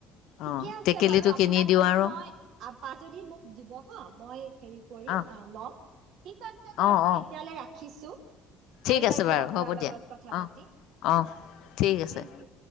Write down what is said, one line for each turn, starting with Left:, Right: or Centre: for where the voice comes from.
Right: ঠিকে
Left: অঁ
Right: আছে
Left: টেকেলিটো
Right: বাৰু আপোনাক
Left: কিনি দিওঁ
Right: যদি
Left: আৰু
Right: মই আ পা যদি মোক দিব হা, মই হেৰি কৰিম
Left: অঁ
Right: আ লম, ঠিক আছে বাৰু
Left: অঁ অঁ
Right: এতিয়ালৈ ৰা খিছো।
Left: ঠিক
Right: ভাল
Left: আছে
Right: লাগিল
Left: বাৰু
Right: আপোনাৰ
Left: হ'ব
Right: লগত
Left: দিয়া
Right: কথা
Left: অঁ
Right: পাতি,
Left: অঁ ঠিক
Right: থেংক
Left: আছে
Right: ইউ।